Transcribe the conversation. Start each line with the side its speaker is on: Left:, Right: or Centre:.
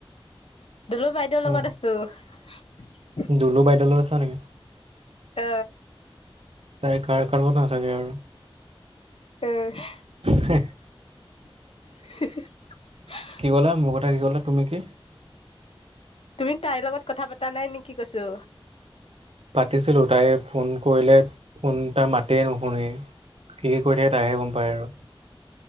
Left: দলুৰ বাইদেউৰ লগত
Right: অ
Left: আছো
Right: দুলু বাইদলত আা নেকি
Left: ত
Right: তাই কাৰ কাৰ না চাগে আৰু
Left: <inaudible>
Right: হ
Left: <inaudible>
Right: কি কলে মোৰ কথা কি ক'লে তুমি কি
Left: তুমি তাইৰ লগত কথা পতা নাই নেকি কৈছো
Right: পাতিছিলোঁ তাই ফোন কৰিলে ফোন তাৰ মাতেই নুশুনে স কৈ থাকে তাহহে গম পায় আৰু